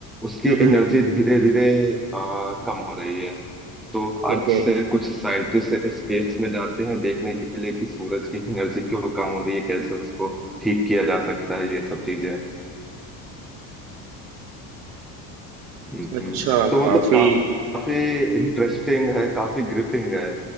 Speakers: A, in the centre; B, on the right.
A: उसकी
B: हम्म
A: एनर्जी धीरे धीरे कम हो रही है तो अर्थ
B: ओके
A: से कुछ साइंटिस्ट स्पेस में जाते हैं देखने के लिए कि सूरज की एनर्जी क्यों कम हो रही है कैसे उसको ठीक किया जा सकता है ये सब चीजें हम्म,
B: अच्छा
A: तो
B: काफी
A: मतलब का- काफी इंटरेस्टिंग है काफी ग्रिपिंग है